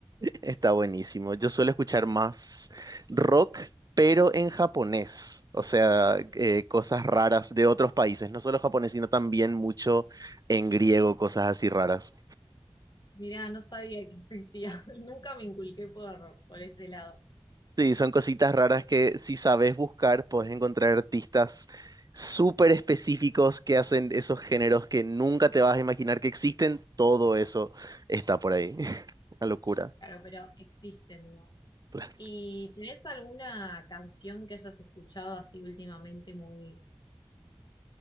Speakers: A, on the right; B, on the left.
A: Está buenísimo. Yo suelo escuchar más rock, pero en japonés. O sea, eh, cosas raras de otros países. No solo japonés, sino también mucho en griego, cosas así raras.
B: Mirá, no sabía que existía. <laughs> Nunca me inculqué por, por ese lado.
A: Sí, son cositas raras que si sabes buscar, podés encontrar artistas súper específicos que hacen esos géneros que nunca te vas a imaginar que existen. Todo eso está por ahí. <laughs> Una locura.
B: Claro, pero existen, digamos.
A: Claro.
B: ¿Y tenés alguna canción que hayas escuchado así últimamente muy